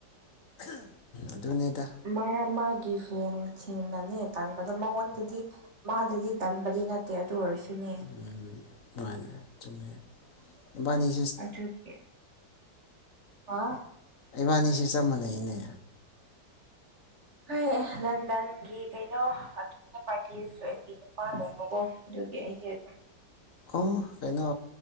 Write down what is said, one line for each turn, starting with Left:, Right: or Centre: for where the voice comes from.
Left: ꯑꯗꯨꯅꯦꯗ
Right: ꯃꯥ ꯃꯥꯒꯤ ꯐꯦꯟꯁꯤꯡꯅꯅꯦ ꯇꯟꯕꯗꯣ ꯃꯉꯣꯟꯗꯒꯤ ꯃꯥꯗꯗꯤ ꯇꯟꯕꯗꯤ ꯅꯠꯇꯦ ꯑꯗꯨ ꯑꯣꯏꯔꯁꯨꯅꯦ
Left: ꯎꯝ ꯃꯥꯅꯦ ꯆꯨꯝꯃꯦ ꯏꯕꯥꯏꯅꯤ
Right: ꯑꯗꯨꯒꯤ ꯍꯥ
Left: ꯏꯕꯥꯅꯤꯁꯦ ꯆꯞ ꯃꯥꯟꯅꯩꯅꯦ
Right: ꯍꯣꯏ ꯂꯟꯗꯟꯒꯤ ꯀꯩꯅꯣ ꯑꯇꯣꯟꯕ ꯄꯥꯔꯇꯤꯁꯨ ꯑꯩꯒꯤꯅꯤ ꯄꯥꯅꯩꯕꯀꯣ ꯑꯗꯨꯒꯤ ꯑꯩꯁꯦ ꯑꯗꯨꯝ
Left: ꯑꯣ ꯀꯩꯅꯣ